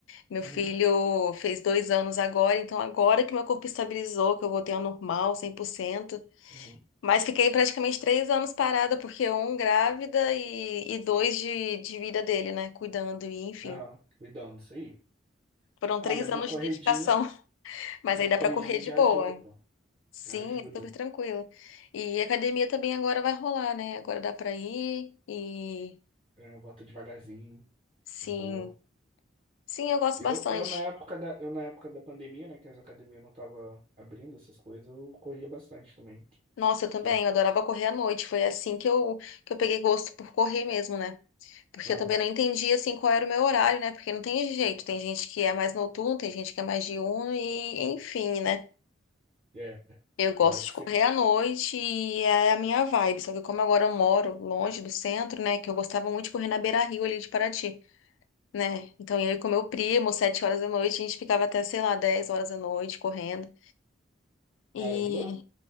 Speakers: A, on the left; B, on the right.
A: Meu
B: uhum,
A: filho fez dois anos agora, então agora que meu corpo estabilizou, que eu voltei ao normal, cem por cento
B: uhum,
A: Mas fiquei praticamente três anos parada, porque um grávida e, e dois de, de vida dele, né? Cuidando, e enfim.
B: aham. Cuidando disso aí.
A: Foram
B: Ah,
A: três
B: mas
A: anos
B: uma corridinha,
A: de dedicação, <laughs> mas
B: uma
A: aí dá
B: corridinha
A: pra correr de
B: já
A: boa.
B: ajuda, pô.
A: Sim,
B: Já ajuda.
A: super tranquilo. E academia também agora vai rolar, né? Agora dá pra ir e
B: É, volta devagarzinho,
A: sim,
B: de boa.
A: sim, eu gosto
B: Eu,
A: bastante.
B: eu na época da, eu na época da pandemia, né, que as academias não estavam abrindo essas coisas, eu corria bastante também.
A: Nossa, eu também,
B: Que,
A: eu adorava correr à noite. Foi assim que eu que eu peguei gosto por correr mesmo, né? Porque
B: aham,
A: eu também não entendi assim qual era o meu horário, né? Porque não tem jeito. Tem gente que é mais noturno, tem gente que é mais diurno e enfim, né?
B: é.
A: Eu gosto
B: Na hora que
A: de
B: você...
A: correr à noite e é a minha vibe. Só que como agora eu moro longe do centro, né? Que eu gostava muito de correr na beira-rio ali de Paraty, né? Então eu ia com meu primo, sete horas da noite, a gente ficava até, sei lá, 10 horas da noite correndo. E
B: Caramba,